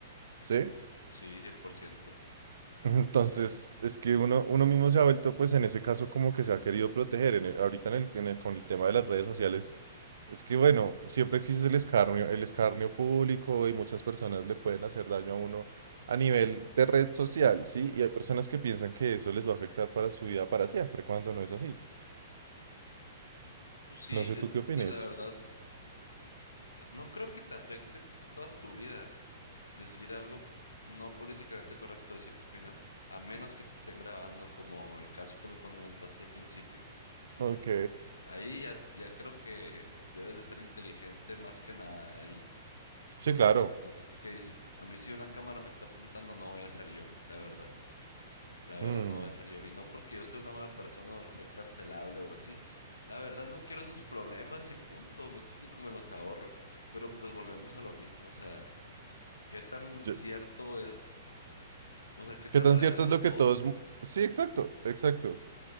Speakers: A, on the right; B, on the left.
A: ¿sí?
B: Sí, 100%.
A: Entonces, es que uno, uno mismo se ha vuelto, pues en ese caso, como que se ha querido proteger. En el- ahorita en el, en el- con el tema de las redes sociales, es que bueno, siempre existe el escarnio, el escarnio público y muchas personas le pueden hacer daño a uno a nivel de red social, ¿sí? Y hay personas que piensan que eso les va a afectar para su vida para siempre, cuando no es así.
B: Pues sí,
A: No sé
B: e-
A: tú
B: este,
A: qué opines.
B: la verdad, no creo que te afecte toda tu vida decir algo no políticamente correcto, decir tu opinión, a menos que te estén grabando, como el caso que me comentaste al principio.
A: Ok.
B: Ahí ya, ya creo que debes de ser inteligente más que nada ahí.
A: Sí,
B: No
A: claro.
B: sé, no sé tú qué dices. A mí si una cámara me está apuntando, no voy a ser yo, la verdad. La verdad
A: Mm,
B: no voy a ser yo. Y no porque yo sea una mala persona o sea cancelable o así. La verdad no quiero esos problemas y punto. Me explico, me los ahorro. Pero pues volvemos a lo mismo. O sea, ¿qué tan
A: yo-
B: cierto es? O sea, ¿qué tan
A: ¿Qué tan
B: real
A: cierto es
B: es
A: lo
B: todo?
A: que todos...
B: Pues
A: mu- Sí, exacto, exacto.